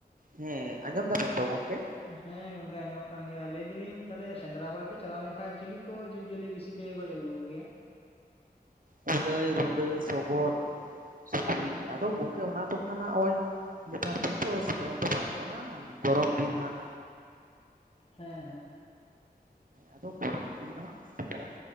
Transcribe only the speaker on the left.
ᱦᱮᱸ ᱜᱚᱝᱠᱮ ᱟᱸᱡᱚᱢᱚᱜ ᱠᱟᱱ ᱜᱮᱭᱟ ᱞᱟᱹᱭ ᱫᱟᱹᱞᱤᱧ ᱛᱟᱦᱞᱮ ᱥᱮᱸᱫᱽᱨᱟ ᱠᱚᱨᱮᱯᱮ ᱪᱟᱞᱟᱣ ᱞᱮᱱᱠᱷᱟᱡ ᱪᱤᱞᱤ ᱠᱚ ᱡᱤᱵᱽᱡᱤᱭᱟᱹᱞᱤ ᱵᱤᱥᱤ ᱯᱮ ᱜᱚᱡ ᱟᱹᱜᱩ ᱠᱚ ᱜᱮᱭᱟ?
ᱦᱮᱸ ᱦᱮᱸ᱾